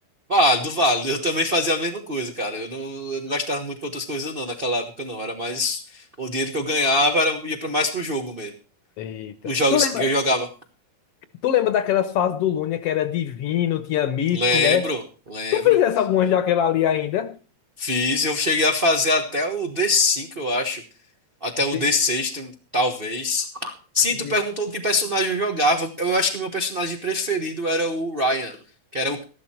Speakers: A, on the right; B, on the left.
A: Válido, válido. Eu também fazia a mesma coisa, cara. Eu não, eu não gastava muito com outras coisas, não, naquela época, não. Era mais. O dinheiro que eu ganhava era, ia pra, mais pro jogo mesmo.
B: Eita.
A: Os jogos
B: Tu lembra,
A: que eu jogava.
B: tu lembra daquelas fases do Lunia que era divino, tinha mítico,
A: Lembro,
B: né?
A: lembro.
B: Tu fizesse algumas daquela ali ainda?
A: Fiz, eu cheguei a fazer até o d cinco eu acho. Até
B: Desse,
A: o D6, talvez. Sim,
B: desse.
A: tu perguntou que personagem eu jogava. Eu acho que meu personagem preferido era o Ryan, que era o,